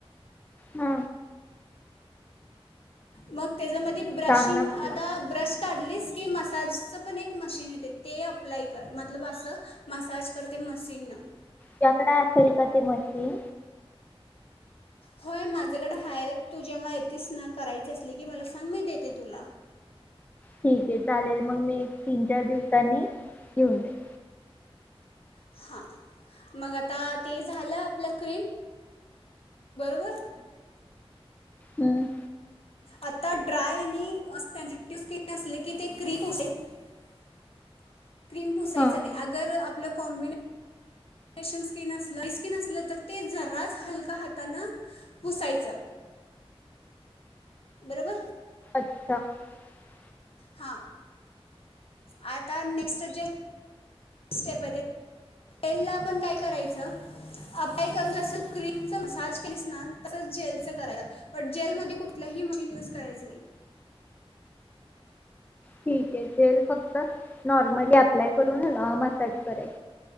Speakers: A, on the left (about 15°); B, on the left (about 70°).
A: हा
B: मग त्याज्या मधी ब्रशिंग
A: सांग ना तुला
B: आता ब्रश काढलीस ते मसाजचं पण एक मशीन येतय ते अप्लाय कर मतलब असं मसाज कर ते मशीनं
A: <unintelligible> असेल का ते मशीन
B: होय माझ्याकड हाय तू जेव्हा येतीस ना करायची असली की मला सांग मी देते तुला
A: ठीक ये चालेल मग मी एक तीन चार दिवसांनी घेऊन जाईल.
B: हा मग आता ते झाल आपल क्रीम बरोबर
A: हूं
B: आता ड्राय आणि सेनसिटिव स्किन असले की ते क्री <unintelligible> क्रीम पुसायच
A: हां
B: नाय अगर आप पल कॉम्बिने स्पेशल स्किन असल <unintelligible> स्किन तर ते जराच हलक हातान पुुसायच बरोबर
A: <unintelligible>
B: हां आता नेक्स जे स्टेप ये ते तेंला पण काय करायचं अप्लाय करून जसं क्रीमच मसाज केलीस ना तसंच जेलच करायचं बट जेलमध्ये कुठलंही मशीन युज करायचं नाही.
A: ठीक ये जेल फक्त नॉर्मली अप्लाय करून अ मसाज कराय